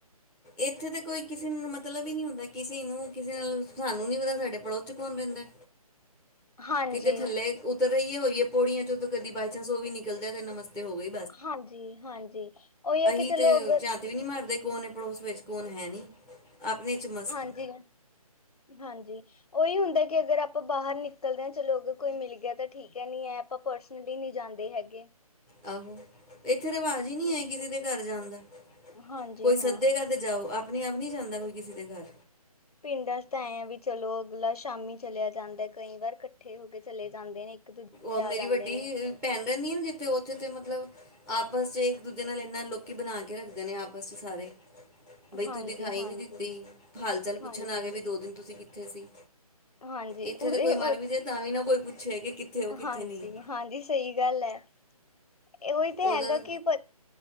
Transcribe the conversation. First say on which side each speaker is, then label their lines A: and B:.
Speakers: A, in the centre; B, on the left.
A: ਏਥੇ ਤੇ ਕੋਈ ਕਿਸੇ ਨੂੰ ਮਤਲਬ ਈ ਨੀ ਹੁੰਦਾ, ਕਿਸੀ ਨੂੰ ਕਿਸੇ ਨਾਲ ਸਾਨੂੰ ਨੀ ਪਤਾ ਸਾਡੇ ਪੜੋਸ 'ਚ ਕੌਣ ਰੈਂਦਾ।
B: ਹਾਂਜੀ
A: ਕਿਤੇ ਥੱਲੇ ਉਤਰ ਰ‌ਈ ਹੋਈ ਏ ਪੌੜੀਆਂ 'ਚੋਂ ਕਦੀ ਬਏ ਚਾਂਸ ਓ ਵੀ ਨਿਕਲ ਜਾਏ ਤੇ ਨਮਸਤੇ ਹੋ ਗ‌ਈ।
B: ਹਾਂਜੀ ਹਾਂਜੀ। ਉਹੀ ਹੈ
A: ਅਹੀ
B: ਕਿ ਚਲੋ
A: ਤੇ
B: ਅਗਰ
A: ਚਾਤ ਵੀ ਨੀ ਮਾਰਦੇ ਕੌਣ ਏ ਪੜੋਸ ਵਿੱਚ ਕੌਣ ਹੈ ਨੀ ਆਪਣੇ 'ਚ ਮਸਤ
B: ਹਾਂਜੀ -ਹਾਂਜੀ। ਓਈ ਹੁੰਦਾ ਕਿ ਅਗਰ ਆਪਾਂ ਬਾਹਰ ਨਿਕਲਦੇ ਆਂ ਚਲੋ ਅਗਰ ਕੋਈ ਮਿਲ ਗਿਆ ਤਾਂ ਠੀਕ ਠੀਕ ਐ ਨੀ ਐ ਆਪਾਂ ਪਰਸਨਲੀ ਨੀ ਜਾਂਦੇ ਹੈਗੇ।
A: ਆਹੋ ਏਥੇ ਰਿਵਾਜ ਈ ਨੀ ਐ ਕਿਸੇ ਦੇ ਘਰ ਜਾਣ ਦਾ।
B: ਹਾਂਜੀ
A: ਕੋਈ
B: ਹਾਂ
A: ਸੱਦੇਗਾ ਤੇ ਜਾਓ, ਆਪਣੇ ਆਪ ਨੀ ਜਾਂਦਾ ਕੋਈ ਕਿਸੇ ਦੇ ਘਰ।
B: ਪਿੰਡਾਂ 'ਚ ਤਾਂ ਐਂ ਆ ਵੀ ਚਲੋ ਅਗਲਾ ਸ਼ਾਮੀ ਚਲਿਆ ਜਾਂਦਾ, ਕਈ ਵਾਰ ਕੱਠੇ ਹੋ ਕੇ ਚੱਲੇ ਜਾਂਦੇ ਨੇ। ਦੂਜੇ
A: ਓ
B: ਆ
A: ਮੇਰੀ
B: ਜਾਂਦੇ
A: ਵੱਡੀ
B: ਨੇ
A: ਭੈਣ ਰੈਂਦੀ ਐ ਨਾ ਜਿੱਥੇ ਓਥੇ ਤੇ ਮਤਲਬ ਆਪਸ 'ਚ ਇੱਕ ਦੂਜੇ ਨਾਲ ਏਨਾਂ ਲੋਕੀ ਬਣਾ ਕੇ ਰੱਖਦੇ ਨੇ ਆਪਸ 'ਚ ਸਾਰੇ। ਬਈ
B: ਹਾਂਜੀ
A: ਤੂੰ ਦਿਖਾਈ
B: ਹਾਂਜੀ
A: ਹੀਂ ਨਹੀਂ ਦਿੱਤੀ, ਹਾਲ ਚਾਲ ਪੁੱਛਣ
B: ਹਾਂਜੀ
A: ਆ ਗਏ ਬਈ ਦੋ ਦਿਨ ਤੁਸੀਂ ਕਿੱਥੇ ਸੀ।
B: ਹਾਂਜੀ
A: ਇੱਥੇ
B: ਉਰੇ
A: ਤੇ ਕੋਈ ਮਰ ਵੀ ਜਾਏ ਤਾਂ ਵੀ ਨਾ ਕੋਈ ਪੁੱਛੇ ਕੀ ਕਿ ਹੋ ਕਿੱਥੇ
B: ਹਾਂਜੀ-ਹਾਂਜੀ
A: ਨਹੀਂ
B: ਸਹੀ ਗੱਲ ਹੈ, ਇਹ ਉਹੀ ਤੇ
A: ਉਹਦਾ
B: ਹੈਗਾ ਕਿ ਪਤ